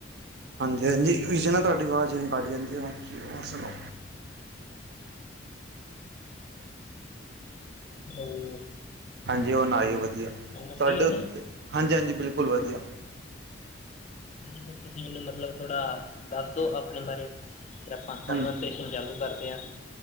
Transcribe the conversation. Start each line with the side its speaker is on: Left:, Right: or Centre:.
Right: ਹਾਂਜੀ, ਹਾਂਜੀ ਵਿਚੇ ਨਾ ਤੁਹਾਡੀ ਆਵਾਜ਼ ਜਿਵੇ ਕਟ ਜਾਂਦੀ ਆ ਕੀ ਹੋਰ ਸੁਣਾਓ।
Left: <inaudible> ਉਹ
Right: ਹਾਂਜੀ ਉਹ ਨਹੀ ਓ ਵਧੀਆ
Left: ਆ
Right: ਤੁਹਾਡੇ
Left: ਰਹੀ ਹੈ ਨਾ
Right: ਹਾਂਜੀ ਹਾਂਜੀ ਬਿਲਕੁਲ ਵਧੀਆ।
Left: ਹਾਂਜੀ, ਫਿਰ ਤੁਸੀਂ ਮੈਨੂੰ ਮਤਲਬ ਥੋੜਾ ਦੱਸ ਦੋ ਆਪਣੇ ਬਾਰੇ। ਫਿਰ ਆਪਾਂ ਕਨਵਰਸੇਸ਼ਨ
Right: ਹਾਂਜੀ
Left: ਚਾਲੂ ਕਰਦੇ ਹਾਂ।